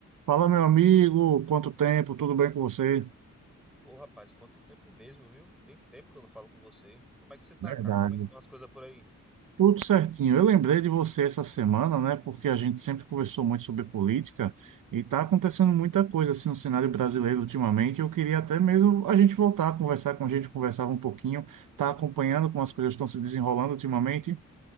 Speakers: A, on the right; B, in the centre.
A: Fala, meu amigo, quanto tempo, tudo bem com você?
B: Ô, rapaz, quanto tempo mesmo, viu? Tem tempo que eu não falo com você. Como é que você tá,
A: Verdade.
B: cara? Como é que estão as coisas por aí?
A: Tudo certinho. Eu lembrei de você essa semana, né? Porque a gente sempre conversou muito sobre política e tá acontecendo muita coisa assim no cenário brasileiro ultimamente. Eu queria até mesmo a gente voltar a conversar com a gente, conversava um pouquinho, tá acompanhando como as coisas estão se desenrolando ultimamente.